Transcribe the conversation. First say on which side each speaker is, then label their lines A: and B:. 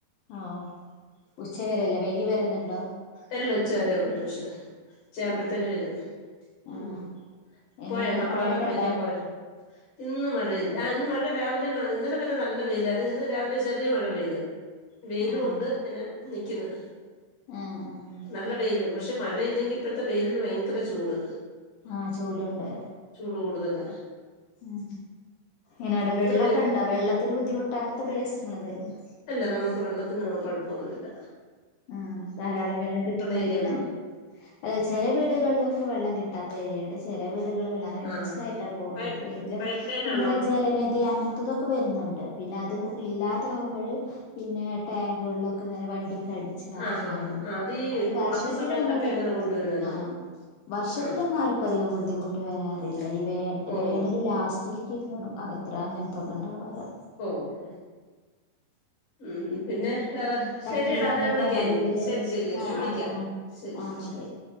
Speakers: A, on the left (about 75°); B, on the left (about 55°).
A: ആഹ് ഉച്ച വരല്ലെ വൈകി വേരന്ണ്ടോ?
B: അല്ല ഉച്ചവരെ ഒള്ളൂ ട്യൂഷൻ ഉച്ചാവുമ്പെഴ്ത്തേന്
A: ആഹ്
B: വെരും. ഉം
A: ആഹ് എങ്ങനെയാണ്
B: പോയോ മക്കളൊക്കെ
A: മഴയൊക്കെ
B: കളിക്കാൻ
A: ഉണ്ടോ
B: പോയോ? ഇന്ന് മഴയില്ല ആഹ് ഇന്ന് മഴ രാവിലെ ഇന്നലെ വരെ ന്നല്ല വെയ്യിലായിര്ന്ന് ഇന്ന് രാവിലെ ചെറിയ മഴ പെയ്ത്. വെയിലുണ്ട്
A: ആഹ്
B: ഇനെ ന്നിക്ക്ന്ന്.
A: ആഹ്. ആഹ്
B: ന്നല്ല വെയിലും പഷെ മഴയില്ലെങ്കി ഇപ്പോഴത്തെ വെയിലിന് ഭയങ്കര ചൂട്.
A: ആഹ് ചൂട്ണ്ട്.
B: ചൂട് കൂടുതല.
A: ഉം ഇന്നാടെ വെള്ളക്കെണ്ടോ
B: വെയിൽ
A: വെള്ളത്തിന് ബുദ്ധിമുട്ട് അങ്ങൻത്തെ പ്രയാസങ്ങൾ എന്തെലുണ്ടോ?
B: അല്ല ന്നമക്ക് വെള്ളത്തിന് രുകൊഴപ്പൊന്നുല്ല.
A: ആഹ് ധാരാളം വെള്ളം കിട്ടുന്ന
B: ഏരിയാണോ
A: എര്യേലാ? അല്ല ചെല വീടുകൾലൊക്കെ വെള്ളം കിട്ടാത്ത ഏരിയൊണ്ട്. ചെലവീടുകള് അങ്ങനെ
B: ആഹ്
A: മിക്സ് ആയിട്ട പോകുന്നത്
B: പൈ
A: എങ്കിലും
B: പൈപ്പ് ലൈൻ
A: ന്നമ്മളെ
B: ആണോ
A: ജലനിധി അങ്ങൻത്തതൊക് ഒക്കെ വെരുന്ന്ണ്ട് പിന്നെ അത് ഇല്ലാതാവുമ്പഴ്. പിന്നെ ടാങ്കുവെള്ളക്കെ ഇങ്ങനെ വണ്ടിക്ക് അടിച്ച്. ന്നറക്കാറ്
B: ആഹ് ആഹ് ആഹ് ഈ
A: അത് വർഷത്തിലോന്ന്
B: ഉണക്ക സമയത്തൊക്കെ
A: വെരും
B: അങ്ങനെ കൊണ്ടുവരുവായിരുന്നു
A: ആഹ്. വർഷത്തിലൊന്നും
B: ആഹ്
A: ആർക്കും അധികം ബുദ്ധിമുട്ട് വരാറില്ല ഈ വേനല്
B: ഓഹ്
A: വേനൽ ലാസ് റ്റില്കൊക്കെ കാണും അകത്ര അങ്ങൻത്തെക്കെ ഇണ്ടാവാറ്.
B: ഓഹ് ഉം പിന്നെ വേറെ?
A: ചക്കി
B: ശെരിയെടാ
A: മാങ്ങിയൊക്കെ
B: ഇന്നാ വിളിക്ക
A: ഉണ്ടോ
B: ഞാന്
A: വീട്ടില്
B: ശെരി ശെരി എന്നാ
A: ആഹ്
B: വിളിക്കാ
A: ആഹ് ആഹ്
B: ശെരി
A: ആഹ്
B: ഓക്കെ.
A: ശരി